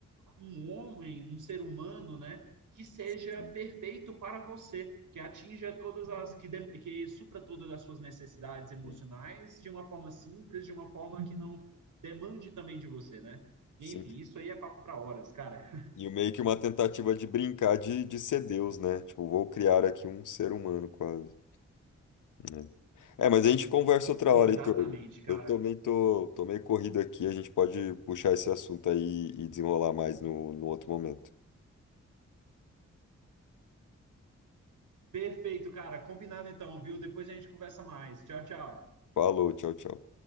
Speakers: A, on the right (about 85°); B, on the left (about 85°).
A: um homem, um ser humano, né? Que seja
B: sim,
A: perfeito para você, que atinja todas as. que, de, que supra todas as suas necessidades emocionais
B: sim.
A: de uma forma simples, de uma forma que não demande também de você, né? Enfim,
B: sim.
A: isso aí é papo para horas, cara.
B: E meio que uma tentativa de brincar de, de ser Deus, né? Tipo, vou criar aqui um ser humano quase. né? É, mas a gente conversa outra
A: <laughs>
B: hora,
A: Exatamente,
B: Heitor.
A: cara.
B: Eu também tô, tô meio corrido aqui, a gente pode puxar esse assunto aí e desenrolar mais no, no outro momento.
A: Perfeito, cara. Combinado então, viu? Depois a gente conversa mais. Tchau, tchau.
B: Falou, tchau, tchau.